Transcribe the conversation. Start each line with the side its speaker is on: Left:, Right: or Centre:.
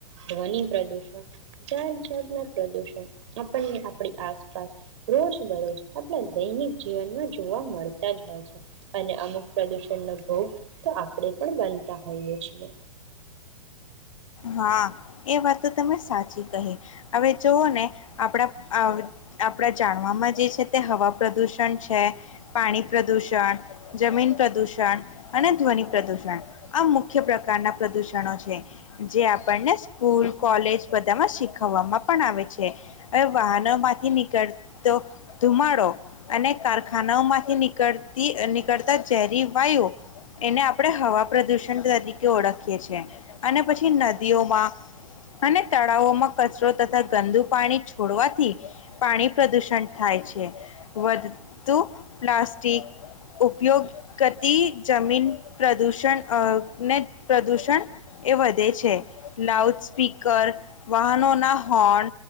Right: ધ્વનિ પ્રદુષણ જાત જાાત ના પ્રદુષણ આપણને આપણી આસપાસ રોજ બરોજ આપણા દૈનિક જીવનમાં જોવા મળતા જ હોય છે અને અમુક પ્રદુષણનો ભોગ તો આપણે પણ બનતા હોઈએ છીએ.
Left: હા એ વાત તમે સાચી કહી હવે જોઓ ને આપણા આપણા જાણવામાં જે છે તે હવા પ્રદુષણ છે પાણી પ્રદુષણ જમીન પ્રદુષણ અને ધ્વનિ પ્રદુષણ આ મુખ્ય પ્રકારના પ્રદુષણો છે. જે સ્કૂલ કોલેજ બધામાં શીખવવામાં પણ આવે છે હવે વાહનો માંથી નીકળતો ધુમાડો અને કારખાનાઓમાંથી નીકળતી નીકળતા ઝેરી વાયુ એને આપણે હવા પ્રદુષણ તરીકે ઓળખીએ છી અને પછી નદીઓમાં અને તળાવોમાં કચરો તથા ગંદુ પાણી છોડવાથી પાણી પ્રદુષણ થાય છે વધતુ પ્લાસ્ટિક ઉપયોગતિ જમીન પ્રદુષણ ને પ્રદુષણ એ વધ છે લાઉડ સ્પીકર વાહનોના હોર્ન